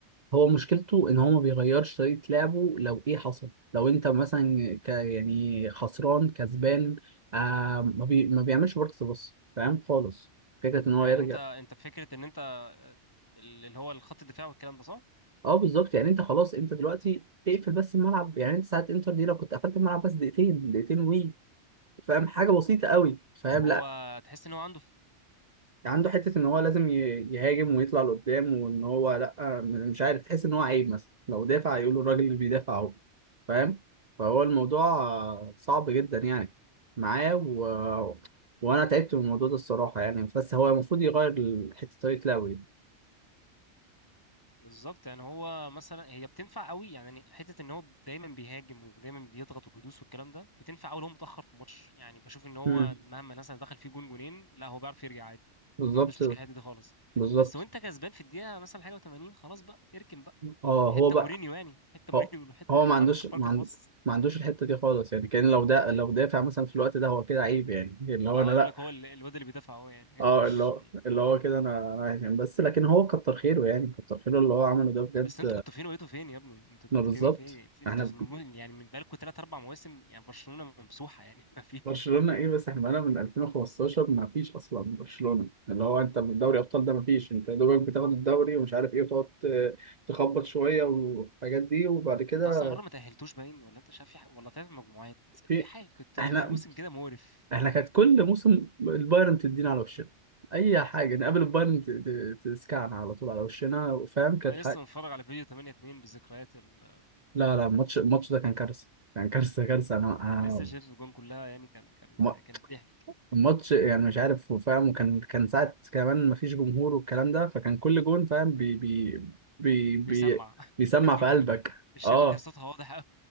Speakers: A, on the right (about 40°); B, on the left (about 20°).
A: هو مشكلته ان هو ما بيغيرش طريقه لعبه لو ايه حصل لو انت مثلا ك... يعني خسران كسبان آه ما, بي... ما بيعملش ورك بص فاهم خالص فكره ان هو
B: يعني
A: يرجع
B: انت انت فكره ان انت ال- اللي هو الخط الدفاع والكلام ده صح
A: اه بالظبط يعني انت خلاص انت دلوقتي اقفل بس الملعب يعني انت ساعه انتر دي لو كنت قفلت الملعب بس دقيقتين دقيقتين وي فاهم حاجه بسيطه قوي فاهم
B: هو
A: لا
B: تحس ان هو عنده ف-
A: عنده حته ان هو لازم ي- يهاجم ويطلع لقدام وان هو لا م- مش عارف تحس ان هو عيب مثلا لو دافع يقولوا الراجل اللي بيدافع اهو فاهم فهو الموضوع آه، صعب جدا يعني معاه و... وانا تعبت من الموضوع ده الصراحه يعني بس هو المفروض يغير ال- حته طريقه لعبه دي
B: بالظبط يعني هو مثلا هي بتنفع قوي يعني حته ان هو دايما بيهاجم ودايما بيضغط وبيدوس والكلام ده بتنفع قوي لو هو متاخر في ماتش يعني بشوف ان هو
A: مم.
B: مهما مثلا دخل فيه جون جونين لا هو بيعرف يرجع عادي
A: بالظبط
B: ما عندوش مشكله في الحتة دي خالص
A: بالظبط
B: بس وانت كسبان في الدقيقه مثلا حاجه و80 خلاص بقى اركن بقى
A: اه
B: حته
A: هو بقى
B: مورينيو يعني حته مورينيو
A: هو,
B: <laughs> حته
A: هو
B: ارجع
A: ما عندوش
B: اركن
A: ما,
B: بركه
A: عن...
B: ده بص
A: ما عندوش الحته دي خالص يعني كان لو ده لو دافع مثلا في الوقت ده هو كده عيب يعني اللي هو
B: اه
A: انا لا
B: يقول لك هو ال- الواد اللي بيدافع هو يعني
A: اه
B: <laughs> مش
A: اللي هو اللي هو كده انا انا عايش يعني. بس لكن هو كتر خيره يعني كتر خيره اللي هو عمله ده بجد
B: بس انتوا كنتوا فين وقيتوا فين يا ابني انتوا بتتكلموا
A: ما بالظبط
B: في ايه انتوا
A: احنا
B: زم- يعني من بقالكم ثلاث اربع مواسم يعني برشلونة ممسوحة يعني <laughs> ما فيش
A: برشلونة ايه بس احنا بقالنا من 2015 ما فيش اصلا برشلونة اللي هو انت من دوري ابطال ده ما فيش انت يا دوبك بتاخد الدوري ومش عارف ايه وتقعد ت- تخبط شوية والحاجات دي وبعد كده
B: انت اصلا مره ما تاهلتوش باين ولا انت مش عارف في حاجة ولا طلعت مجموعات
A: في
B: في حاجه كنت
A: احنا
B: ك- في موسم كده مقرف
A: احنا كانت كل موسم البايرن تدينا على وشنا اي حاجة نقابل البايرن ت- ت- تسكعنا على طول على وشنا فاهم
B: والله
A: كانت
B: لسه متفرج على فيديو 8 2 بالذكريات ال...
A: لا لا الماتش الماتش ده كان كارثة كان كارثة كارثة أنا أنا-
B: لسه شايف الجون كلها يعني كان كان
A: م-
B: كان ضحك
A: الماتش يعني مش عارف فاهم وكان كان ساعة كمان مفيش جمهور والكلام ده فكان كل جون فاهم بي بي بي
B: بيسمع
A: بي بيسمع
B: <laughs> الجون.
A: في قلبك
B: الشبكه
A: اه
B: صوتها واضح قوي